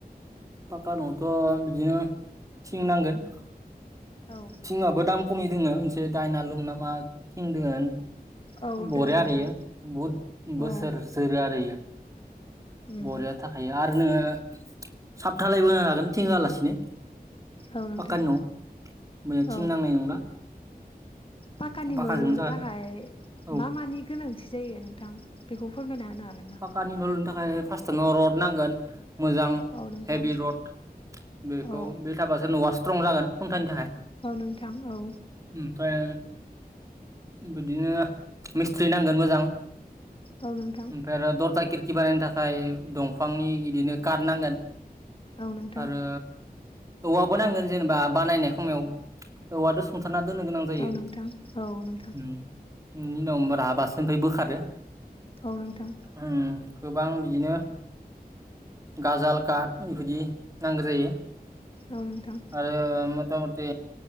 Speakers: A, on the right; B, on the left.
A: फाका न'आवथ' बिदिनो थिं नांगोन
B: औ
A: थिंआबो दाम खमि दोङो मोनसे दायनालुम नामा थिं दोङो
B: औ
A: बरिया
B: दों नोंथां
A: आरो इयो बहुद बोसोर
B: औ
A: जोरो आरो इयो
B: उम
A: बरिया थाखायो आरो नोङो साप धालायबो होना लागोन थिं होआलासिनो
B: औ नोंथां
A: पाक्कानि न'आव
B: औ
A: थिं नांनाय नंला
B: पाक्कानि
A: पाक्काजोंनो
B: न' लुनो
A: जागोन
B: थाखाय
A: औ
B: मा मानि गोनां थि जायो नोंथां बेखौ फोरमायना होनो हागोन
A: पाक्कानि न' लुनो थाखाय फासटावनो रड नांगो‌न मोजां
B: हागोन
A: हेभि
B: ना
A: रड बेखौ
B: औ
A: बे थाबासो न'आ स्ट्रं जागोन खुन्थानि थाखाय
B: औ नोंथां औ
A: ओमफ्राय बिदिनो मिस्थ्रि नांगोन मोजां
B: औ नों
A: ओंखाम आर दरजा खिरखि बानायनो थाखाय दंफांनि इदिनो कात नांगोन
B: औ नोंथां
A: आरो औवाबो नांगोन जेनबा बानायनाय खमायाव औवादो सुंथाना दोननो गोनां जायो
B: औ नोंथां औ नोंथां
A: उ इनि उनाव राबासो ओफाय बोखारो
B: औ नोंथां
A: उम गोबां बिदिनो गाजाल काट इफोदि नांगो जायो
B: औ नोंथां
A: आरो मथा मथि